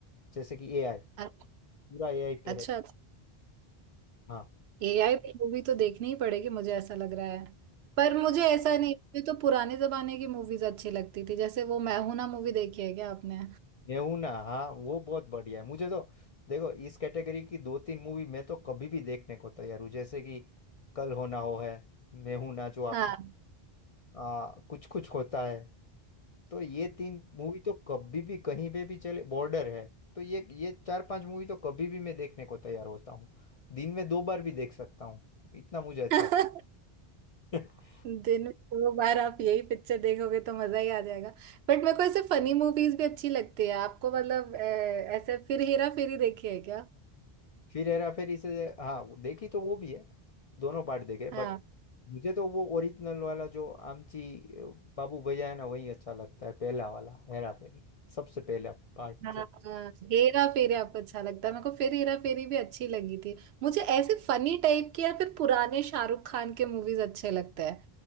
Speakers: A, on the left (about 50°); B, on the right (about 85°).
A: जैसे कि एआई
B: अ-
A: पूरा एआई पे
B: अच्छा
A: है हाँ
B: एआई पे मूवी तो देखनी ही पड़ेगी मुझे ऐसा लग रहा है पर मुझे ऐसा नहीं मुझे तो पुराने जमाने की मूवीज अच्छी लगती थी जैसे वो मैं हूं ना मूवी देखी है क्या आपने
A: गेहूं ना हाँ वो बहुत बढ़िया है मुझे तो देखो इस कैटेगरी की दो तीन मूवी मैं तो कभी भी देखने को तैयार हूँ जैसे कि कल होना हो है मैं हूं ना जो आप
B: हाँ
A: आ, कुछ कुछ होता है तो ये तीन मूवी तो कभी भी कहीं पे भी चले बॉर्डर है तो ये ये चार पांच मूवी तो कभी भी मैं देखने को तैयार होता हूँ दिन में दो बार भी देख सकता हूँ इतना मुझे अच्छा
B: <laughs>
A: <laughs>
B: दिन में दो बार आप यही पिक्चर देखोगे तो मजा ही आ जाएगा बट मेरे को ऐसे फनी मूवीज भी अच्छी लगती है आपको मतलब अ, ऐसे फिर हेरा फेरी देखी है क्या
A: फिर हेरा फेरी से हाँ वो देखी तो वो भी है दोनों पार्ट देखे बट
B: हाँ।
A: मुझे तो वो ओरिजिनल वाला जो आमची अ, बाबू भैया है ना वही अच्छा लगता है पहला वाला हेरा फेरी सबसे पहला पार्ट
B: हाँ
A: जो
B: हाँ। हेरा फेरी आपको अच्छा लगता है मेरे को फिर हेरा फेरी भी अच्छी लगी थी मुझे ऐसे फनी टाइप के या फिर पुराने शाहरुख खान के मूवीज अच्छे लगते हैं